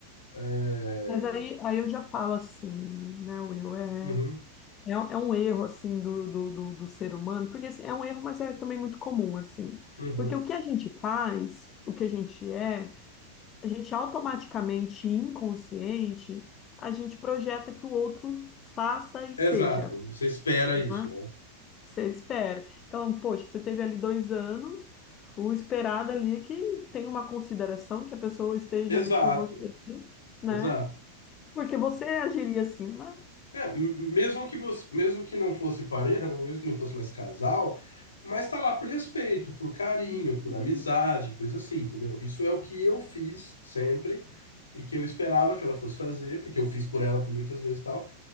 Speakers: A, on the left; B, on the left.
A: É,
B: Mas aí, aí eu já falo assim, né, Will? É,
A: uhum,
B: é, um é um erro, assim, do, do, do, do ser humano, porque assim, é um erro, mas é também muito comum, assim.
A: uhum.
B: Porque o que a gente faz, o que a gente é, a gente automaticamente, inconsciente, a gente projeta que o outro faça e
A: Exato,
B: seja.
A: você espera
B: né?
A: isso, né?
B: Você espera. Então, poxa, você teve ali dois anos, o esperado ali é que tem uma consideração, que a pessoa esteja
A: Exato,
B: ali por você, né?
A: exato.
B: Porque você agiria assim, mas.
A: É, m- mesmo que você, mesmo que não fosse pareja, né, mesmo que não fosse mais casal, mas tá lá por respeito, por carinho,
B: gente,
A: por amizade, coisa assim, entendeu? Isso é o que eu fiz sempre e que eu esperava que ela fosse fazer, porque eu fiz por ela por muitas vezes e tal.